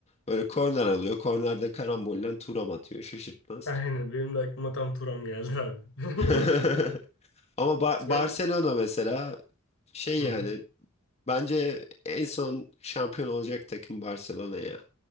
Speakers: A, on the left; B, on the left.
A: böyle korner alıyor. Kornerde karambolle Thuram atıyor. Şaşırtmaz.
B: Aynen benim de aklıma tam Turam geldi abi. <laughs>
A: <laughs> Ama Ba-
B: Turam
A: Barcelona mesela Şey
B: hı
A: yani
B: hı.
A: bence en son şampiyon olacak takım Barcelona ya.